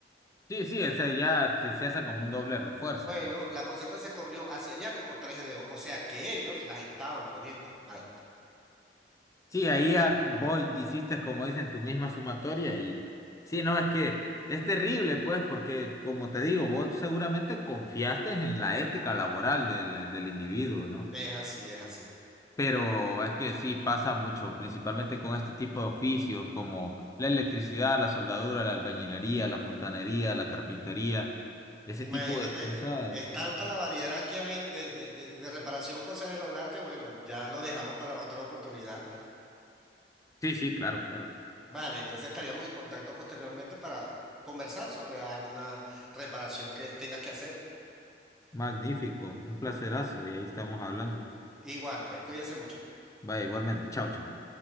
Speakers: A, on the left; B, in the centre.
A: Sí, sí, ese ya se, se hace como un doble refuerzo.
B: Bueno, la poceta se corrió hacia allá como tres dedos, o sea que ellos las estaban poniendo mal.
A: Sí, ahí a- vos hiciste, como dicen, tu misma sumatoria y sí, no, es que es terrible, pues, porque como te digo, vos seguramente confiaste en la ética laboral del, del individuo, ¿no?
B: Es así, es así.
A: Pero es que sí pasa mucho, principalmente con este tipo de oficios como la electricidad, la soldadura, la albañilería, la fontanería, la carpintería, ese
B: Imagínate,
A: tipo de cosas.
B: es tanta
A: eh,
B: la variedad que hay de, de, de, de reparación, cosas del hogar, que bueno, ya lo dejamos para otra oportunidad.
A: Sí, sí, claro, claro.
B: Vale, entonces estaríamos en contacto posteriormente para conversar sobre alguna reparación que tengas que hacer.
A: Magnífico, un placerazo y ahí estamos hablando.
B: Igual, pues cuídese mucho.
A: Vaya, igualmente, chao, chao.